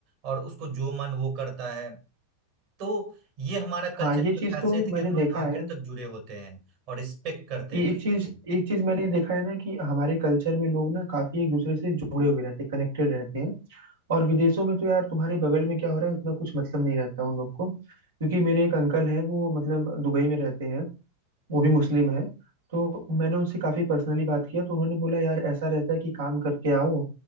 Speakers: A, on the right (about 45°); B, on the right (about 65°).
A: और उसको जो मन वो करता है तो ये हमारा कल्चर
B: हाँ ये
A: की
B: चीज
A: खासियत
B: तो
A: है
B: मैंने
A: कि हम लोग
B: देखा
A: आखिर
B: है
A: तक जुड़े होते हैं और रिस्पेक्ट करते हैं
B: ये
A: एक दूसरे
B: एक चीज
A: की
B: एक चीज मैंने देखा है ना कि हमारे कल्चर में लोग ना काफी एक दूसरे से जुड़े हुए रहते हैं कनेक्टेड रहते हैं और विदेशों में तो यार तुम्हारे बगल में क्या हो रहा है उतना कुछ मतलब नहीं रहता उन लोग को क्योंकि मेरे एक अंकल हैं वो मतलब दुबई में रहते हैं वो भी मुस्लिम है तो मैंने उनसे काफी पर्सनली बात किया तो उन्होंने बोला यार ऐसा रहता है कि काम करके आओ